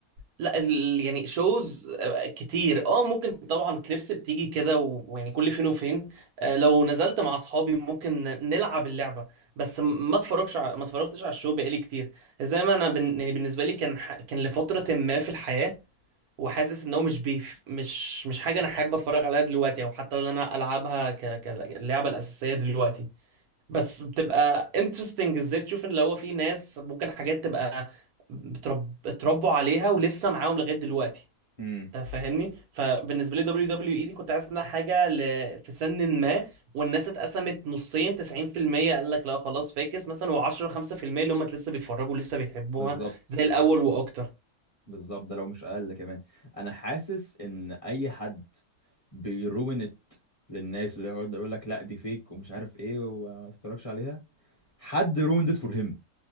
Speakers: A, on the right (about 75°); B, on the left (about 35°).
A: لا ال... يعني شوز كتير اه ممكن طبعا كليبس بتيجي كده و- ويعني كل فين وفين آه، لو نزلت مع اصحابي ممكن نلعب اللعبه بس م- ما اتفرجش ع... ما اتفرجتش على الشو بقالي كتير زي ما انا بن... يعني بالنسبه لي كان ح... كان لفتره ما في الحياه وحاسس ان هو مش بيف... مش مش حاجه انا حابب اتفرج عليها دلوقتي او حتى ان انا العبها ك... كاللعبه الاساسيه دلوقتي بس بتبقى انترستنج ازاي تشوف ان لو في ناس ممكن حاجات تبقى بترب... اتربوا عليها ولسه معاهم لغايه دلوقتي
B: امم
A: انت فاهمني فبالنسبه لي دبليو دبليو اي دي كنت حاسس انها حاجه ل... في سن ما والناس اتقسمت نصين 90% قال لك لا خلاص فاكس مثلا و10 5% اللي هم لسه بيتفرجوا لسه بيحبوها
B: بالظبط
A: زي الاول واكتر
B: بالظبط ده لو مش اقل كمان انا حاسس ان اي حد بيروين ات للناس اللي يقعد يقول لك لا دي فيك ومش عارف ايه وما تتفرجش عليها حد رويند ات فور هيم